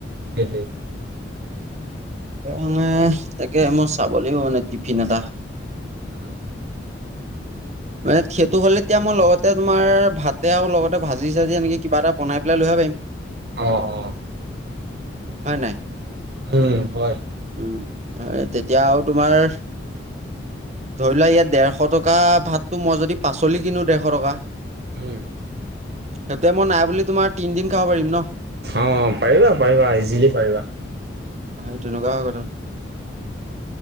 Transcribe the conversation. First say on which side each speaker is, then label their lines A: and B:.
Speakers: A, on the right (about 55°); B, on the right (about 35°).
A: সেইটোৱেই
B: অনলাইন তাকে, মই চাব লাগিব মানে টিফিন এটা।
A: উম
B: মানে সেইটো হ'লে তেতিয়া মই লগত তে মই ভাতে আৰু লগতে ভাজি চাজি এনেকে কিবা এটা বনাই পেলাই লৈ আহিব পাৰিম।
A: অ'
B: হয় নাই?
A: উম, হয়।
B: উম, হয় তেতিয়া আৰু তোমাৰ ধৰি লোৱা ইয়াত দেৰশ টকা ভাতটো, মই যদি পাচলি কিনো দেৰশ টকা
A: উম
B: সেইটো সময় নাই বুলি তোমাৰ তিনদিন খাব পাৰিম ন
A: অ', পাৰিবা, পাৰিবা, ইজিলি পাৰিবা।
B: সেই তেনেকুৱা হয় কথাটো